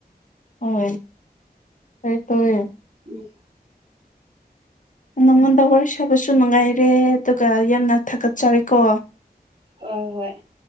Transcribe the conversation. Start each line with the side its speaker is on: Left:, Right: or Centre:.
Left: ꯍꯣꯏ ꯍꯣꯏ ꯇꯥꯏꯌꯦ
Right: ꯎꯝ
Left: ꯅꯪꯉꯣꯟꯗ ꯋꯥꯔꯤ ꯁꯥꯕꯁꯨ ꯅꯨꯡꯉꯥꯏꯔꯦ ꯑꯗꯨꯒ ꯌꯥꯝꯅ ꯊꯥꯒꯠꯆꯔꯤꯦꯀꯣ
Right: ꯑ ꯍꯣꯏ